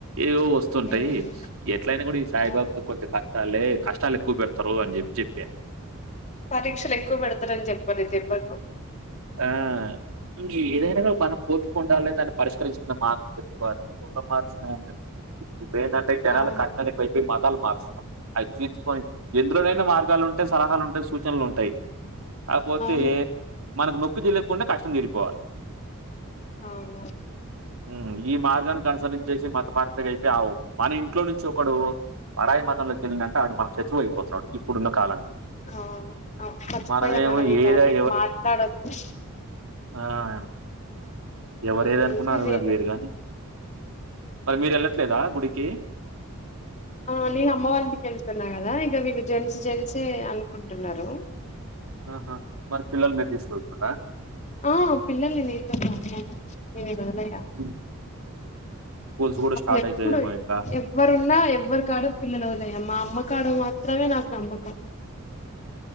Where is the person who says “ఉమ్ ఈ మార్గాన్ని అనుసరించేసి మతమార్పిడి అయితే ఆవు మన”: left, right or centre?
Right